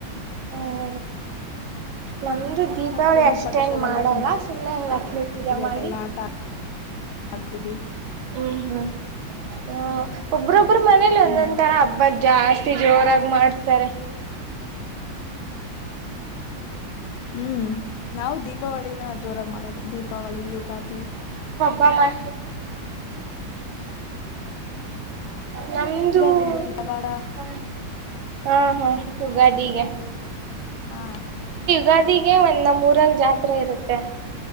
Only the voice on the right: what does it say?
ಹ್ಮ್ ನಮ್ದು ದೀಪಾವಳಿ
ಅಷ್ಟೇನ್
ಮಾಡಲ್ಲ ಸುಮ್ಮನೆ ಹಂಗ್ ಲಕ್ಷ್ಮೀ
ಪೂಜೆ ಮಾಡಿ.
ಹ್ಮ್ ಹ್ಮ್ ಹ ಒಬ್ರ್ ಬ್ ಇಬ್ಬರ ಮನೇಲಿ ಒಂದೊಂಥರ
ಹಬ್ಬ ಜಾಸ್ತಿ ಜೋರಾಗಿ ಮಾಡ್ತಾರೆ
ಬ ಹ ನಮ್ಮದುೂ
ಹಾ ಹಾ ಹಾ ಯುಗಾದ ಈಗ
ಗಾದಿಗೆ ಒಂದ ಮೂೂರ ಜಾತ್ರೆ ಇರುತ್ತೆ